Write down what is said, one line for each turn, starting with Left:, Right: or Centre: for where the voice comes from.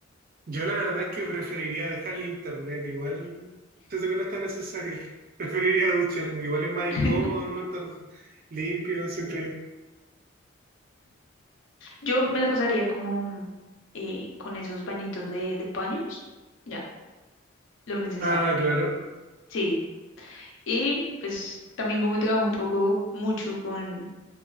Right: Yo la verdad es que preferiría dejar el internet, igual siento que no es tan necesario. <laughs> Preferiría ducharme, igual es más incómodo
Left: <laughs>
Right: no estar limpio, siento yo.
Left: Yo me la pasaría como eh, con esos bañitos de, de paños. Ya, lo necesario.
Right: Ah, claro.
Left: Sí, Y pues también como trabajo un poco mucho con,